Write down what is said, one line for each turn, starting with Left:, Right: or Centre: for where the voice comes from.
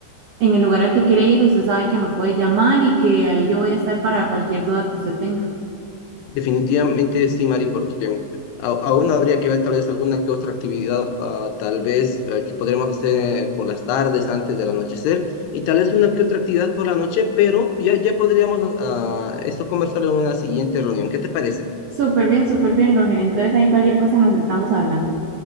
Right: en el lugar al que quiere ir, usted sabe que me puede llamar y que ahí yo voy a estar para cualquier duda que usted tenga.
Left: Definitivamente sí, Mari, porque a- aún habría que ver tal vez alguna que otra actividad, ah, tal vez eh, que podremos hacer eh, por las tardes antes del anochecer y tal vez una que otra actividad por la noche, pero ya, ya podríamos ah, esto conversarlo en una siguiente reunión. ¿Qué te parece?
Right: Súper bien, súper bien, Roger. Entonces ahí cualquier cosa nos estamos hablando.